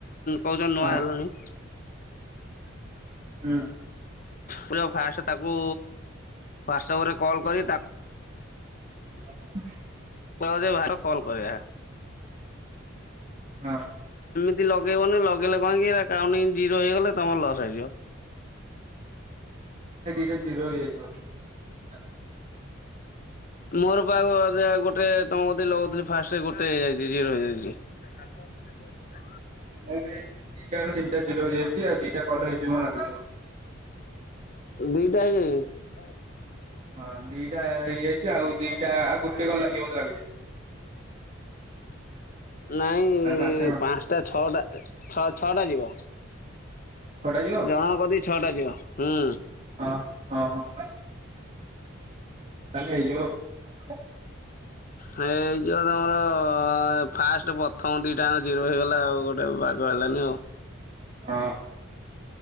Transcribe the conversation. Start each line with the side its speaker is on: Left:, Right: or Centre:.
Left: କହୁଛ ନୂଆ
Right: ଆ ହଁ।
Left: ହେଲଣି।
Right: ହୁଁ।
Left: ପୁରା ଫାଷ୍ଟ ତାକୁ ହ୍ଵାଟ୍ସପରେ କଲ୍ କରି ତାକୁ।
Right: <inaudible>
Left: ତ ଯେ ଭାଇ ର କଲ କରିବା।
Right: ହଁ।
Left: ଯଦି ଲଗେଇ ବନି ଲ ଲଗେଇଲେ କଣ କି କାଉଣ୍ଟିଙ୍ଗ ଜିର ହେଇଗଲେ ତମର ଲସ୍ ହେଇ ଯିବ।
Right: ଏ ଜିରୋ ହେଇବଯାଇଛି ମୋର।
Left: ମୋର ପା ଗୋ ବୋଧେ ଗୋଟେ ତମ କତିକୀ ଲଗଉଥିଲି ଫାଷ୍ଟ ଗୋଟେ ହେଇଯାଇଛି ଜିରୋ ହେଇଯାଇଛି। ହଉ ସେ କର
Right: ମୁ ବି ଆଜି ଦିଟା ରୁ ତିନଟା। ଜିରୋ ହେଇଯାଇଛି ଆଉ ଦିଟା କଲ ରେ ହେଇଯିବ ନା କିସ।
Left: ଦିଟା ହେଇଯାଇଛି।
Right: ହଁ ଦିଟା ହେଇଯାଇଛି ଆଉ ଦିଟା ଆଉ ଗୋଟେ କଲ ଲାଗିବ ବୋଧେ ଲାଗୁଛି।
Left: ନାଇଁ
Right: ଆଉ କଣ
Left: ପାଞ୍ଚଟା ଛଅଟା ଛଅ ଛଅଟା ଯିବ।
Right: ଛଅଟା ଯିବ
Left: ଜଣ କତି ଛଅଟା ଯିବ ହୁଁ।
Right: ହଁ ହଁ ହଁ। ତାଲେ ହେଇଯିବ ଆଉ।
Left: ହେଇ ଯିଅ ତମର। ହଁ ଏ ଫାଷ୍ଟ୍ ପଥମ ଦିଇଟାଙ୍କ ଜିରୋ ହେଇଗଲା ଆଉ ଗୋଟେ ବାଗ ହେଲାନି ଆଉ।
Right: ହଁ।